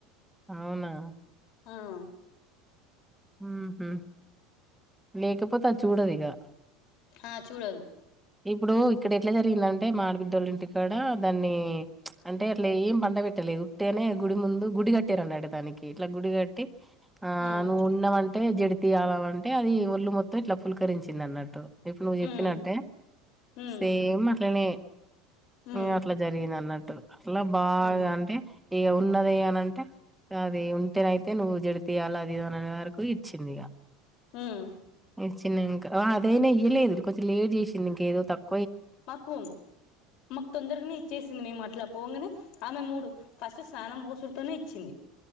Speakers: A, in the centre; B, on the left.
A: అవునా
B: ఆవు
A: ఉహూ లేేకపోతే అది చూడదిగా
B: హ చూడదు
A: ఇప్పుడు ఇక్కడ ఎట్లా జరిగిందంటే. మా ఆడబిడ్డొల్లింటికాడ, దాన్ని అంటే అట్లా ఏం పండపెట్టలేదు, ఉట్టేనే గుడి ముందు గుడి కట్టారండి. అడ దానికి ఇట్లా గుడి గట్టి, ఆ
B: ఉమ్
A: నువ్వు ఉన్నావంటే జడి తీయాలవడ్ అంటే అది ఈ ఒళ్ళు మొత్తం ఇట్లా పులకరించి తిననట్టు ఇప్పుడు నువ్వు చెప్పినట్టే
B: ఉమ్ ఉమ్
A: సేమ్ అట్లనే
B: ఉమ్
A: ఇగ అట్లా జరిగిందన్నట్లు <unintelligible> అట్లా బాగా
B: ఉమ్
A: అంటే ఇగ ఉన్నది అనంటే అది ఉంటేనైతే నువ్వు జరిపియ్యాల అది ఇది అం అమ్మవారుకు ఇచ్చింది ఇగ
B: ఉమ్
A: ఇచ్చిందిం <unintelligible> అదైనా ఇయ్యలేదు దు కొంచెం లేట్ చేసి <unintelligible> కేదో తప్
B: మాకు మాకు తొందరగానే ఇచ్చేసింది మేము అట్లా పొంగనే ఆమె మూడు ఫస్ట్ స్నానం బోసుడుతోనే ఇచ్చింది